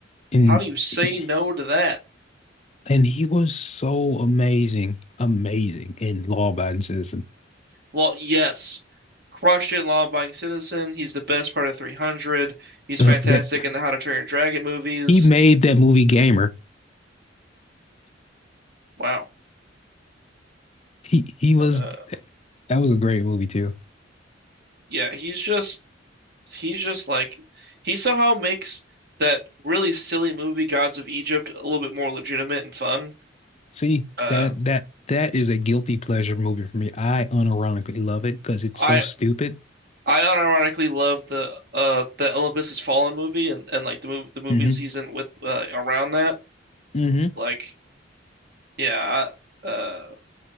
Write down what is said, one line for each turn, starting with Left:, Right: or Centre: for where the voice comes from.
Left: And
Right: how do you say
Left: he,
Right: no to that?
Left: and he was so amazing, amazing in Law Abiding Citizen.
Right: Well, yes. Crushed it, law-abiding citizen. He's the best part of 300. He's
Left: Uh,
Right: fantastic
Left: that
Right: in the How to Train Your Dragon movies.
Left: he made that movie gamer.
Right: Wow.
Left: He he was
Right: Uh,
Left: that was a great movie too.
Right: yeah, he's just he's just like he somehow makes that really silly movie Gods of Egypt a little bit more legitimate and fun.
Left: See,
Right: Uh,
Left: that that that is a guilty pleasure movie for me. I unironically love it because it's
Right: I
Left: so stupid.
Right: I unironically love the uh the Olympus Has Fallen movie and, and like the mov the movies
Left: hmm
Right: he's in with uh, around that.
Left: hmm
Right: Like, yeah, I, uh